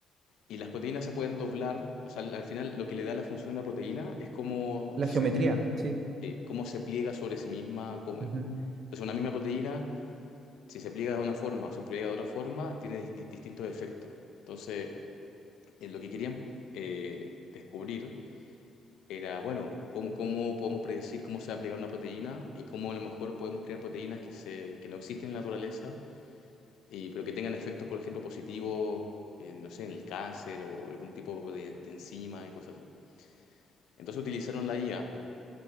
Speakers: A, on the left; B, on the right.
A: Y las proteínas se pueden doblar, o sea, al al final lo que le da la función a la proteína es cómo
B: La
A: se
B: geometría, sí.
A: eh, cómo se pliega sobre sí misma. cómo-
B: Ujú.
A: Entonces, una misma proteína, si se pliega de una forma o se pliega de otra forma, tiene di- distintos efectos. Entonces, eh, lo que querían eh, descubrir era, bueno, cómo, cómo podemos predecir cómo se va a plegar una proteína y cómo a lo mejor podemos crear proteínas que, se, que no existen en la naturaleza, y, pero que tengan efectos, por ejemplo, positivos, eh, no sé, en el cáncer o algún tipo de, de enzima y cosas así. Entonces utilizaron la IA